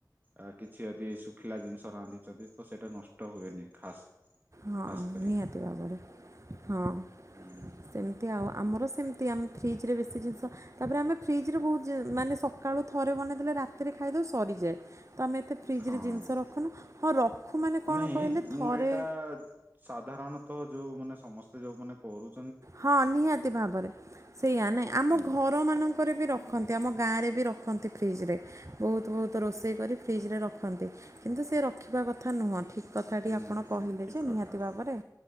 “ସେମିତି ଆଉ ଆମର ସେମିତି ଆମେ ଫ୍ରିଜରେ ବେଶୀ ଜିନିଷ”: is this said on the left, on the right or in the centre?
Right